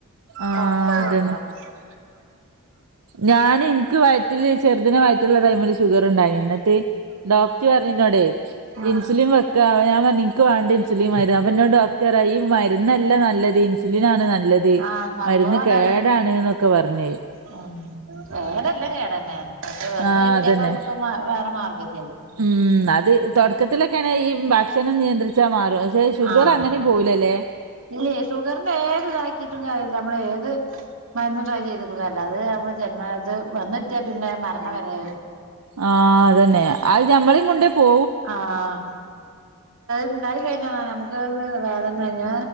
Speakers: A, on the right (about 75°); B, on the right (about 60°).
A: ആഹ്
B: കൊറച്ച്
A: അതന്നെ
B: കൊണ്ടോകാൻ പറ്റും
A: ഞാൻ എനിക്ക് വയറ്റില് ചെർതിനെ വയറ്റിൽ ഉള്ളപ്പോൾ ഷുഗറുഉണ്ടയിനു ഇന്നിട്ട് ഡോക്ടർ പറഞ്ഞ് ഇനോട്ട്
B: ഉം
A: ഇൻസുലിൻ വെക്ക അപ്പോ ഞാൻ പറഞ്ഞു നിങ്ങക്ക് വേണ്ടി ഇൻസുലിൻ വരിക അപ്പോ എന്നോട് ഡോക്ടർ പറയ്ക ഈ മരുന്നല്ല നല്ലത് ഇൻസുലിൻ ആണ് നല്ലത് നല്ലത്
B: ആഹ് സംഭവം
A: മരുന്ന്
B: അതാണ്
A: കേടാണ് എന്നൊക്കെ പറഞ്ഞേ
B: ഉം കേടെല്ലാം കേടന്നെ പക്ഷെ വന്ന്
A: ആഹ്
B: കിട്ടിയപ്പേ
A: അതന്നെ
B: നമ്മുക്ക് വെ വേറെ മാർഗം ഇല്ലല്ലോ
A: ഉം അത് തുടക്കത്തിലൊക്കെണേ ഈ ഭക്ഷണം നിയന്ത്രിച്ച് ച്ച മാറും പക്ഷെ ഷുഗർ
B: ആഹ്
A: അങ്ങനെ പോവുലല്ലേ?
B: ഇല്ലേ ഷുഗറിന് ഏത് ഇതാക്കിയിട്ടും കാര്യമില്ല നമ്മളെ ഏത് മരുന്ന് ട്രൈ ചെയ്തിട്ടും കാര്യമില്ല അത് നമ്മളെ ജന്മ ഇത് വന്നെത്തിയാ പിന്നെ മരണ വരെ
A: ആഹ് അതന്നെ അത് നമ്മളും കൊണ്ടെ പോകും
B: ആഹ് ഇണ്ടായി കൈയിഞ്ഞ നമ്മുക്ക് വേദന നൽകി